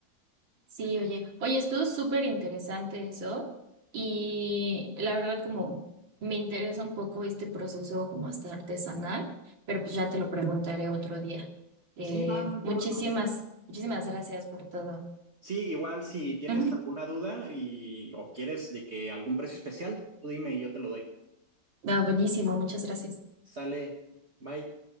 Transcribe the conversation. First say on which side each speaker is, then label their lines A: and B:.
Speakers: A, on the right; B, on the right.
A: sí, oye, oye, estuvo súper interesante eso. Y la verdad, como me interesa un poco este proceso como hasta artesanal, pero pues ya te lo preguntaré otro día. Eh,
B: Sí, va, no hay
A: muchísimas,
B: problema.
A: muchísimas gracias por todo.
B: Sí, igual si tienes
A: Ujú.
B: alguna duda y o quieres de que algún precio especial, tú dime y yo te lo doy.
A: Ah, buenísimo, muchas gracias.
B: Sale, bye.